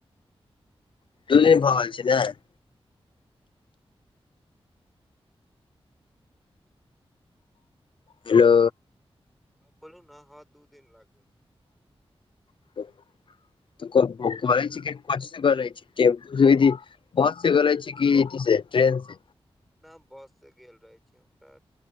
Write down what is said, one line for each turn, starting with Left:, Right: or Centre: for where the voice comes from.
Left: <unintelligible> भऽ रहल छियै ने? हेलो।
Centre: हँ बोलू ने, हँ दू दिन लागबय।
Left: <unintelligible> बस से गेले छी की से ट्रेन से?
Centre: न हम बससँ गेल रहै छी, हमरा